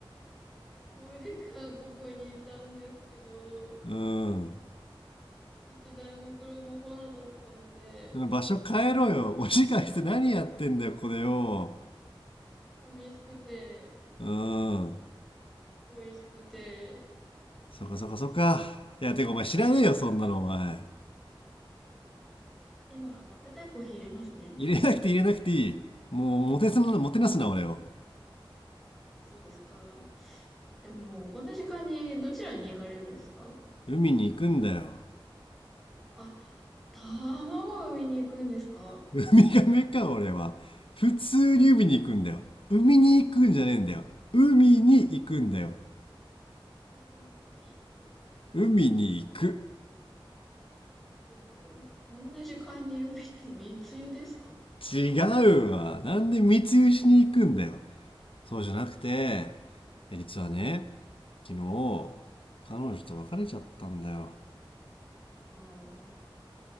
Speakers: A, in the centre; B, on the left (about 75°).
A: <laughs> 5時間ここにいたんですけど、
B: うん。
A: 一台も車来なかったんで、
B: 場所変えろよ。5時間して何やってんだよ、これよ。
A: 寂しくて、
B: うん。
A: 恋しくて。
B: そっかそっかそっか。いや、てかお前知らねえよ、そんなのお前。
A: あ、今、あったかいコーヒー入れますね。
B: 入れなくて入れなくていい。もう、もてすな、もてなすな、俺を。
A: あそうですか。でも、こんな時間にどちらに行かれるんですか
B: 海に行くんだよ。
A: あ、卵を産みに行くんですか
B: ウミガメか、俺は。普通に海に行くんだよ。海に行くんじゃねえんだよ。海に行くんだよ。
A: 海に行く。
B: 海に行く。
A: でも、こんな時間に海って密輸ですか
B: 違うわ。なんで密輸しに行くんだよ。そうじゃなくて、実はね、昨日
A: うん。
B: 彼女と別れちゃったんだよ
A: あ